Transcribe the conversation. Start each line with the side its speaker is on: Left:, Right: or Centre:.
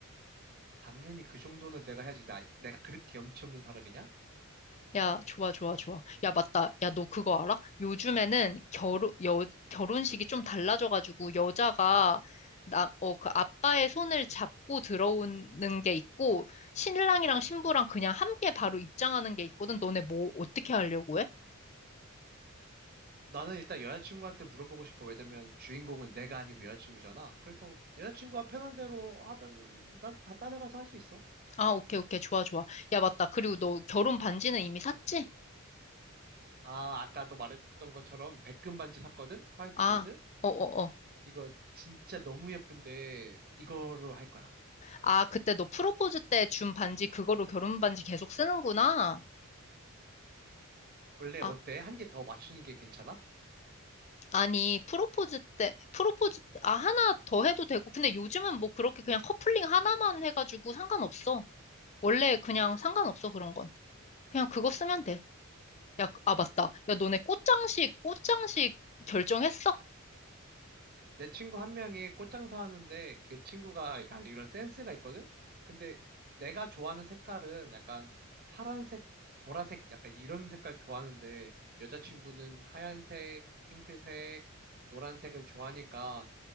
Right: 당연히 그 정도는 내가 해야지. 나, 내가 그렇게 염치 없는 사람이냐?
Left: 야, 좋아, 좋아, 좋아. 야, 맞다. 야, 너 그거 알아? 요즘에는 결혼, 여, 결혼식이 좀 달라져가지고 여자가 나, 어, 그 아빠의 손을 잡고 들어오는 게 있고 신랑이랑 신부랑 그냥 함께 바로 입장하는 게 있거든. 너네 뭐 어떻게 하려고 해?
Right: 나는 일단 여자친구한테 물어보고 싶어. 왜냐면 주인공은 내가 아니고 여자친구잖아. 그래서 여자친구가 편한 대로 하다면 난 다 따라가서 할 수 있어.
Left: 아, 오케이, 오케이. 좋아, 좋아. 야, 맞다. 그리고 너 결혼 반지는 이미 샀지?
Right: 아, 아까도 말했던 것처럼 백금 반지 샀거든? 화이트
Left: 아,
Right: 골드?
Left: 어, 어, 어.
Right: 이거 진짜 너무 예쁜데 이거로 할 거야.
Left: 아, 그때 너 프로포즈 때 준 반지 그거로 결혼 반지 계속 쓰는구나.
Right: 원래 어때?
Left: 아,
Right: 한 개 더 맞추는 게 괜찮아?
Left: 아니, 프로포즈 때, 프로포즈, 때- 아, 하나 더 해도 되고. 근데 요즘은 뭐 그렇게 그냥 커플링 하나만 해가지고 상관없어. 원래 그냥 상관없어, 그런 건. 그냥 그거 쓰면 돼. 야, 아, 맞다. 야, 너네 꽃장식, 꽃장식 결정했어?
Right: 내 친구 한 명이 꽃장사 하는데 걔 친구가 약간 이런 센스가 있거든? 근데 내가 좋아하는 색깔은 약간 파란색, 보라색 약간 이런 색깔 좋아하는데 여자친구는 하얀색, 핑크색, 노란색을 좋아하니까